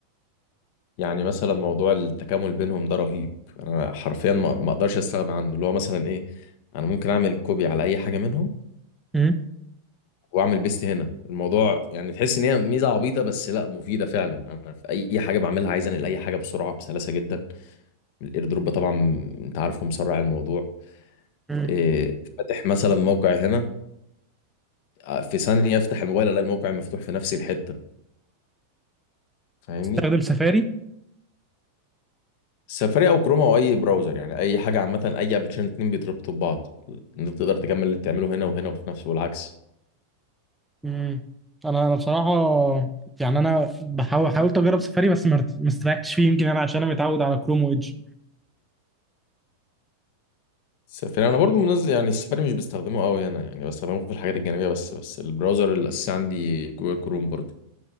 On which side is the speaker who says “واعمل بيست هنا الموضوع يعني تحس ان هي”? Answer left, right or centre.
Left